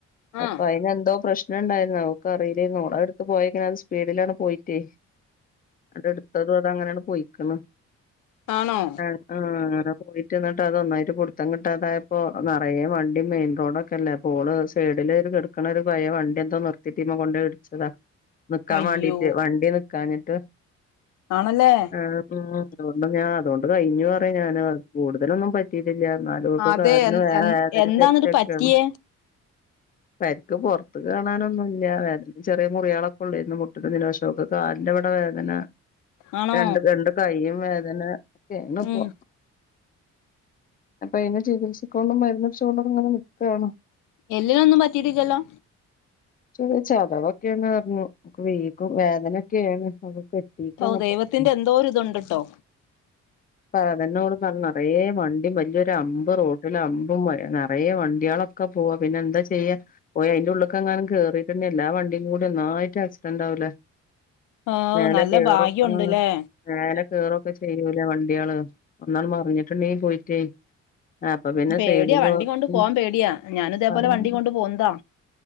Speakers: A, on the left (about 80°); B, on the left (about 30°).
A: ആഹ്
B: അപ്പോ അതിനന് എന്തോ പ്രശ് നം ഉണ്ടായിരുന്നു അവക്ക് അറിയില്ലേരുന്നു ഓള് അത് എടുത്ത് പോയേങ്ങനെ അത് സ്പീഡിലാണ് പോയിട്ടേ അടു ത്തതും അത് അങ്ങനെയാണ് പോയിക്കണ്.
A: ആണോ
B: ഏഹ് ആഹ് അങ്ങനെ പോയിട്ട് എന്നിട്ട് അത് ഒന്നായിട്ട് പുടുത്തം കിട്ടാതായപ്പോ നിറയ വണ്ടി മെയിൻ റോഡ് ഓക്കല്ലേ ഓള് സൈഡില് കിടക്കണ ഒരു പയേ വണ്ടി എന്തോ നിർത്തിട്ടീമേ കൊണ്ടോയി ഇടിച്ചതാ. നിക്കാൻ
A: അയ്യോ
B: വേണ്ടീട്ട് വണ്ടി നിക്കാഞ്ഞിട്ട്.
A: ആണല്ലേ?
B: ആഹ് അതോണ്ട് ഞാൻ അതുകൊണ്ട് കഴിഞ്ഞു പറയാ ഞാന് കൂടുതലൊന്നും പ റ്റീട്ടില്ലാ എന്നാലും ഓക്ക്
A: അതെ
B: കാരണം
A: എ
B: വേദന
A: എ എന്താന്നിട്ട് പറ്റിയേ
B: <unintelligible> പരിക്ക് പുറത്ത് കാണാനൊന്നും ഇല്ല ചെറിയ മുറികളൊക്കെ ഉള്ളായിരുന്നു മുട്ടിന് <unintelligible> കാലിന്റവിടെ വേദന
A: ആണോ
B: രണ്ട് രണ്ട് കൈയും വേദന ഒക്കെയാണ്
A: ഉം
B: ഇപ്പോ. അപ്പോ അതിനെ ചികിത്സിക്കോണ്ടും മരന്നയിച്ചുകൊണ്ടും അങ്ങനെ നിക്കുവാണ്.
A: എല്ലിനൊന്നും പറ്റിട്ടില്ലല്ലോ?
B: ച ചതവൊക്കെയാന്ന് പറഞ്ഞു ഓക്ക് വീക്കും വേദനൊക്കെയാണ് <unintelligible>
A: ഓഹ് ദൈവത്തിന്റെ
B: ഇപ്പൊ
A: എന്തോ ഒരു ഇതുണ്ട് ട്ടോ.
B: അതെന്നെ ഓള് പറഞ്ഞെ നിറേ വണ്ടിയും വലിയൊരു അമ്പ് റോട്ടില് അമ്പും നിറയേ വണ്ടിയളൊ ക്കെ പോവാ പിന്നെ എന്താ ചെയ്യാ? പോയി അയിന്റെ ഉള്ളിക്ക് എങ്ങാനും കേറിറ്റിണ്ടേ എല്ലാ വണ്ടിയും കൂടി ഒന്നായിട്ട് ആക്സിഡന്റ് ആകൂലേ?
A: ഓ
B: മേലെ
A: നല്ല
B: കേറും
A: ഭാഗ്യം ഉണ്ട്ല്ലേ
B: ആഹ് മേലെ കേറൊക്കെ ചെയ്യൂലേ വണ്ടികള് ഒന്നാൽ മറിഞ്ഞിട്ടുണ്ടേൽ പോയിറ്റ് ആഹ് അപ്പോ പിന്നെ
A: പേടിയാ
B: സെഡില്
A: വണ്ടി കൊണ്ട്
B: ഉം
A: പോവാൻ പേടിയാ ഞാനും ഇതേപോലെ
B: പറയണ്ട
A: വണ്ടി കൊണ്ട് പോന്നതാ